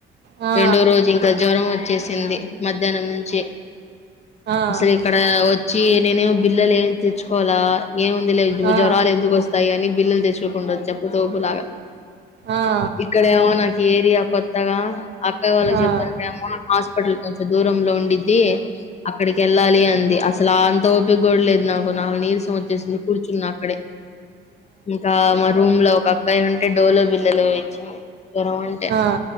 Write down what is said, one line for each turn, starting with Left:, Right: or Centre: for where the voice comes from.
Right: ఆ ఆ
Left: రెండో రోజు ఇంకా జ్వరం వచ్చేసింది మ ధ్యానం నుంచి
Right: ఆ ఆ
Left: అసల్ వచ్చి నేనే బిల్లలు ఏమి తెచ్చుకోవాల ఏముంది లే జ్వరాలు
Right: ఆ
Left: ఎందుకోస్ వస్తాయి అని బిల్లులు తెసుకోకుండా వచ్చాప్పుతోపులాగా
Right: ఆ
Left: ఇక్కడేమో నా ఏరియా కొత్తగా అక్కయ వాళ్ళకి
Right: ఆ ఆ
Left: చెప్తుంటే అమ్మో నాక్ హటల్ కొంచెం దూరంలో ఉండిద్ది అక్కడికి వెళ్ళాలి అంది అసలు అంత ఓపికకూడ లేదు నాకు నాకు నిరసం వచ్చేసింది కూర్చున్న అక్కడే ఇంకా మా రూమ్ లో ఒక అక్కయ ఉంటే డోలో బిల్లలు ఇచ్చింది జ్వరం అంటే
Right: ఆ